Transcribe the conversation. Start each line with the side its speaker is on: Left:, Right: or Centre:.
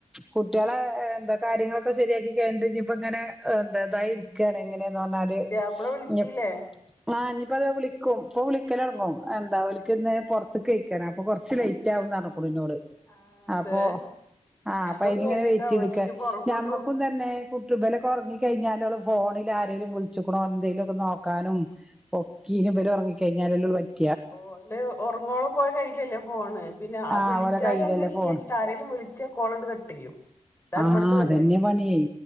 Centre: കുട്ടികളെ എന്താ കാര്യങ്ങളൊക്കെ ശരിയാക്കി ക ഴിഞ്ഞിപ്പ ഇങ്ങനെ എന്ത തായിരിക്കാണ് എങ്ങനന്ന് പറഞ്ഞാൽ
Left: പുതിയാപ്പള വിളിച്ചില്ലേ
Centre: ഞ്ഞിപ്പ ഇപ്പ അത് വിളിക്കും ഇപ്പൊ വിളിക്കലടങ്ങും എന്താ ഓലക്ക് ഇന്ന് പൊറത്ത് കഴിക്കാന അപ്പൊ കുറച്ച് ലേറ്റ് ആകുന്ന് പറഞ്ഞു പുളിനോട്
Left: ആഹ് അതെ
Centre: അപ്പൊ ആഹ് അപ്പൊ
Left: അതൊക്കെ
Centre: അനി
Left: കഴിഞ്ഞിട്ടാവൂലേ
Centre: ഇങ്ങനെ വെയിറ്റ് ചെയ്ത്ക്ക
Left: ഇനിപ്പോ ഒറങ്ങുള്ളൂ
Centre: ഞമ്മക്കും തന്നെ കുട്ടുമ്പലക്കൊറങ്ങി കഴിഞ്ഞാലൊള്ളു ഫോണിൽ ആരേലും വിളിച്ചക്കണോ എന്തെലുഒക്കെ നോക്കാനും ഒക്കെനും ഇബല് ഒറങ്ങി കഴിഞ്ഞാലല്ല പറ്റ
Left: ഓല് ഉർങ്ങോളം ഓലകയ്യിയിലല്ലേ ഫോണ് പിന്നെ
Centre: ആഹ്
Left: വിളിച്ചാലും
Centre: ഓലെ കയ്യിലല്ലേ
Left: എന്താ ചെയ്യാച്ചിട്ട്
Centre: ഫോണ്
Left: ആരേലും വിളി വിളിച്ച കോളങ്ങട് കട്ട് ചെയ്യും അതാണ്
Centre: ആഹ്
Left: ഇവിടുത്തെ
Centre: അതെന്നെ
Left: പരിപാടി
Centre: പണി